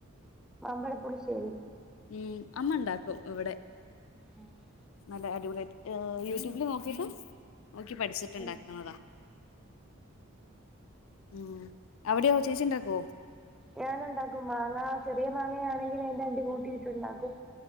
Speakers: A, in the centre; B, on the left.
A: മാമ്പഴപ്പുളിശ്ശേരി
B: ഉം അമ്മ ണ്ടാക്കും ഇവിടെ.
A: ആഹ്
B: നല്ല അടിപൊളിറ്റ് അഹ്‌ യൂട്യൂബിൽ നോക്കീറ്റ് നോക്കി പഠിച്ചിട്ടുണ്ടാക്കാന്നതാ
A: ഉം
B: ഉം അവിടെയോ ചേച്ചി ഇണ്ടാക്കുവോ
A: ഞാനൊണ്ടാക്കും മാങ്ങ ചെറിയ മാങ്ങയാണെങ്കിൽ അയിന്റണ്ടി കൂട്ടിയിട്ടുണ്ടാക്കും